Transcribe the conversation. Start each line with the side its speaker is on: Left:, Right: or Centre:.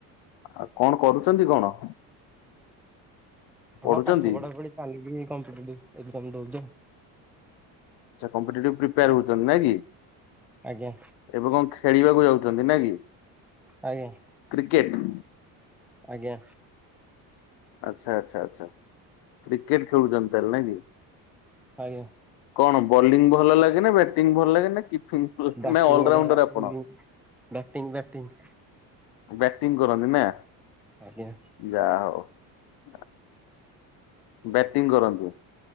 Left: ଆଉ କଣ କରୁଛନ୍ତି କଣ? ପଢୁଛନ୍ତି
Centre: ହଁ ପାଠ ପଢା ପଢି ଚାଲିକି କମ୍ପିଟିଭିଟ ଏକ୍ଜାମ୍ ଦଉଚି।
Left: କମ୍ପେଟେଟିଭ ପ୍ରିପେର ହଉଛନ୍ତି ନା କି?
Centre: ଆଜ୍ଞା।
Left: ଏବେ କଣ ଖେଳିବାକୁ ଯାଉଛନ୍ତି ନା କି?
Centre: ଆଜ୍ଞା
Left: କ୍ରିକେଟ।
Centre: ଆଜ୍ଞା।
Left: ଆଚ୍ଛା ଆଚ୍ଛା ଆଚ୍ଛା କ୍ରିକେଟ ଖେଳୁଛନ୍ତି ତାହେଲେ ନାଇଁ କି?
Centre: ଆଜ୍ଞା।
Left: କଣ ବୋଲିଂ ଭଲ ଲାଗେ ନା ବ୍ୟାଟିଂ ଭଲ ଲାଗେ ନା? କିପିଙ୍ଗ
Centre: ବ୍ୟାଟିଂ
Left: ନା ଅଲରାଉଣ୍ଡର
Centre: ଆଉଟ୍
Left: ଆପଣ?
Centre: Bowling batting batting.
Left: ବ୍ୟାଟିଂ କରନ୍ତି ନା?
Centre: ଆଜ୍ଞା
Left: ଯା ହଉ। ନା। ବ୍ୟାଟିଂ କରନ୍ତି।